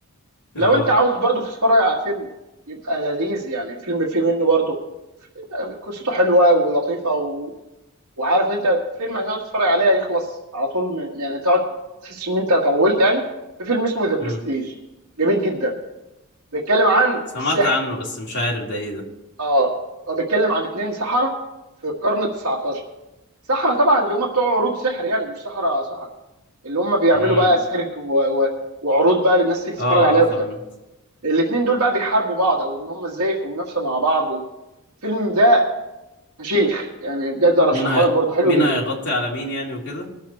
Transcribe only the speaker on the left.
اه
امم
سمعت
عنه بس مش عارف ده ايه ده
امم
اه
اه
فهمت
مين هي...
مين
هيغطي على مين يعني وكده